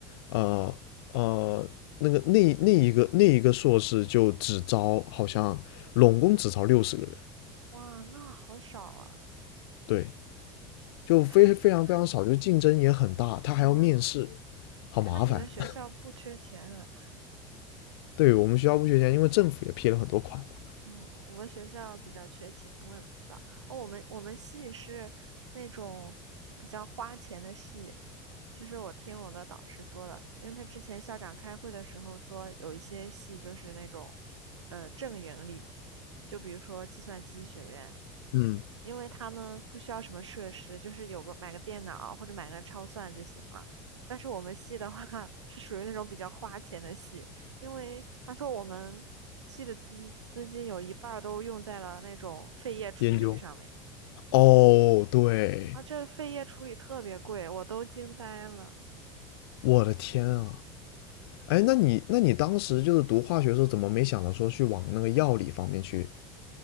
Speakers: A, on the left; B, on the right.
A: 呃呃，那个那那一个那一个硕士就只招好像拢共只招六十个人，
B: 哇，那好少啊！
A: 对，就非非常非常少，
B: 看来看来，
A: 就竞争也很大，他还要面试，
B: 嗯，
A: 好麻烦。
B: 看来你们学校不缺钱啊。
A: <laughs> 对，我们学校不缺钱，因为政府也批了很多款嘛。
B: 哦，我们学校比较缺钱，我也不知道。哦，我们我们系是那种比较花钱的系，就是我听我的导师说了，因为他之前校长开会的时候说，有一些系就是那种呃正盈利，就比如说计算机学院，
A: 嗯，
B: 因为他们不需要什么设施，就是有个买个电脑或者买个超算就行了。但是我们系的话是属于那种比较花钱的系，因为他说我们系的资资金有一半儿都用在了那种废液处理上面
A: 研究。哦，对，
B: 啊，这废液处理特别贵，我都惊呆了。
A: 我的天啊！哎，那你那你当时就是读化学的时候，怎么没想到说去往那个药理方面去